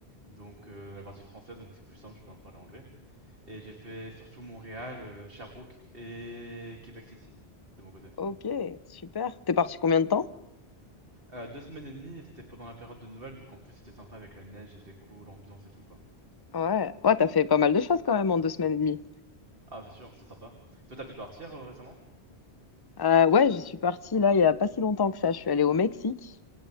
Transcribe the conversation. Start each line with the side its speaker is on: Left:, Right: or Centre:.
Right: donc euh, la partie française, donc c'est plus simple, je peux en parler anglais. Et j'ai fait surtout Montréal, euh, Sherbrooke et Québec City, de mon côté.
Left: Ok, super. T'es parti combien de temps?
Right: Euh, deux semaines et demie, et c'était pendant la période de Noël, donc en plus c'était sympa avec la neige, les décos, l'ambiance et tout, quoi.
Left: Ouais, ouais, t'as fait pas mal de choses quand même en deux semaines et demie.
Right: Ah, c'est sûr, c'est sympa. Toi, t'as pu partir euh, récemment?
Left: Euh, ouais, je suis partie là il y a pas si longtemps que ça. Je suis allée au Mexique